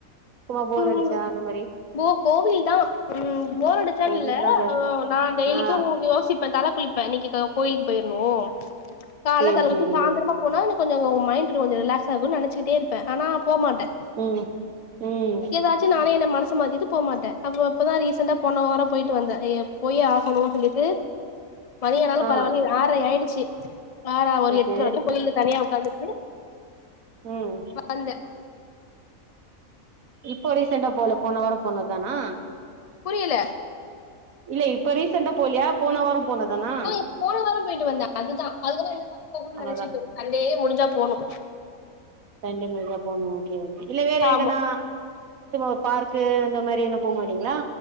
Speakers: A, on the right; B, on the left.
A: சும்மா போர் அடிச்ச
B: ம்
A: அந்தமாரி
B: போ கோவில் தா ம் போர் அடிச்சானில்ல
A: கோவில் தா ஜாஸ்தி
B: நா டெய்லிக்கு
A: ஆ
B: யோசிப் பா தல குளிப்ப இன்னிக்கி க கோயிலுக்கு போயிருனு கால்ல
A: சேரி
B: தல குளிச்சி
A: சேரி
B: சாந்திரமா போனா எனக் கொஞ்சவு மைண்ட் கொஞ்ச ரிலாக்ஸ் ஆகு நெனச்சிக்கிட்டே இருப்பே ஆனா போமாட்டே
A: ம் ம்
B: ன்ஆச்சி நானே என்ன மனசு மாத்திட்டு போமாட்டே அப்ப இப்பதா ரீசண்டா போன வாரோ போய்ட்டு வந்தே எ எப் பொய் ஆஹணு சொல்லிட்டு மதியனாலு
A: ஆ
B: பரவாலி ஆறை ஆயிடுச்சு ஆறா ஒரு
A: ஓகே
B: எட்ற வரி கோயில்ல தனியா உக்காந்துக்குனு
A: ம்
B: வந்தே
A: இப்போ ரீசன்டா போல போன வாரோ போனதானா
B: புரியல
A: இல்ல இப்ப ரீசெண்டா போலியா போன வாரம் போனதானா
B: அய் போன வாரம் போயிட்டு வந்தே அதுதா அதுக்கப்புறம் இந்த வாரம் போகனு
A: அவ்ளோதா
B: நெனச்சிப்புது சண்டே முடிஞ்சா போணு
A: தண்டி முர்வா போணு ஓகே ஓகே இல்லெ வேற
B: ஆமா
A: எங்கனா சும்மா ஒர் பார்க்கு அந்த மாரி என்ன போமாட்டீங்களா